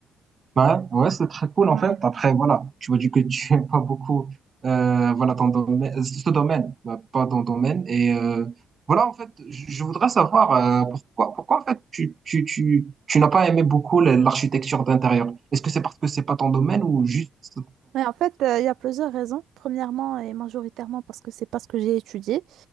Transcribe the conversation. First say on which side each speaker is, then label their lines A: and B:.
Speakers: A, on the right; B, on the right.
A: bah, ouais, ouais, c'est très cool
B: Ouais.
A: en fait. Après, voilà, tu m'as dit que <laughs> tu aimes pas beaucoup euh, voilà, ton domaine, euh, ce domaine, bah, pas ton domaine. Et euh, voilà, en fait, je je voudrais savoir euh, pourquoi, pourquoi en fait tu, tu, tu, tu n'as pas aimé beaucoup la- l'architecture d'intérieur. Est-ce que c'est parce que c'est pas ton domaine ou juste ça-
B: Ouais, en fait, euh, il y a plusieurs raisons. Premièrement et majoritairement parce que c'est pas ce que j'ai étudié.